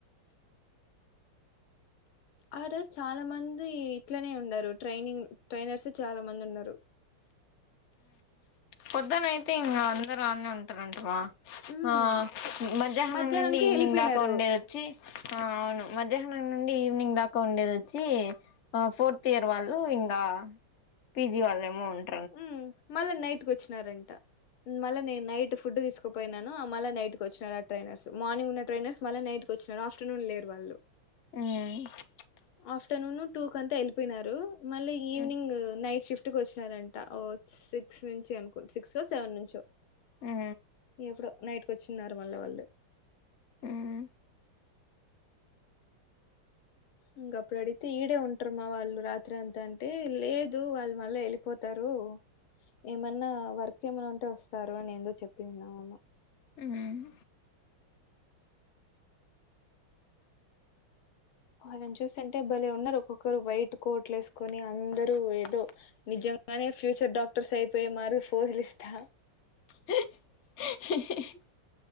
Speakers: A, on the left (about 70°); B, on the left (about 50°).
A: ఆ రోజు చాలా మంది ఇట్లనే ఉన్నారు ట్రైనింగ్ ట్రైనర్స్ చాలా మంది ఉన్నారు
B: పొద్దునయితే ఇంకా అందరు ఆడనే ఉంటారంటవా
A: ఉమ్
B: ఆ మధ్యాహ్నం
A: మధ్యాహ్నానికి
B: నుండి ఈవ్నింగ్
A: వెళ్ళిపోయినారు
B: దాకా ఉండే వచ్చి ఆ అవును మధ్యాహ్నం నుండి ఈవినింగ్ దాకా ఉండేది వచ్చి ఆ ఫోర్త్ ఇయర్ వాళ్ళు ఇంగా పీజీ వాళ్ళ ఏమో ఉంటా
A: మ్ మళ్ళా నైట్కి వచ్చినారంట మళ్ళా నే నైట్ ఫుడ్ తీసుకుపోయినాను మళ్ళీ నైట్కి వచ్చినారు ఆ ట్రైనర్స్ మార్నింగ్ ఉన్న ట్రైనర్ మళ్ళీ నైట్కి వచ్చినారు ఆఫటర్నూన్ లేరు వాళ్ళు
B: ఉమ్
A: ఆఫ్టర్నూన్ టూ క అంతా వెళ్ళిపోయినారు మళ్ళీ ఈవినింగ్
B: ఉమ్
A: నైట్ షిఫ్ట్ ఇటుకి వచ్చినారంట ఓ సిక్స్ నుంచి అనుకుట సిక్స్ సెవెన్ నుంచో
B: ఆ
A: ఎప్పుడో నైట్కి వచ్చిన్నారు మళ్ళీ వాళ్ళు
B: ఉమ్
A: ఇంక అప్పుడు అడిగితే ఈడే ఉంటారు మా వాళ్ళు రాత్రి అంతా అంటే లేదు వాళ్ళు మళ్ళీ వెళ్లి పోతారు ఏమన్నా వర్క్ ఏమన్నా ఉంటే వస్తారు అని ఎందో చెప్పింది అమ్మమ్మ
B: హ్మ్మ్
A: వాళ్ళని చూస్తాంటే భలే ఉన్నారు ఒక్కొక్కరు వైట్ కోట్ లేసు కొని అందరు ఏదో నిజంగానే ఫ్యూచర్ డాక్టర్స్ అయిపోయే మాదిరి ఫోజులిస్తా
B: హ హే హ్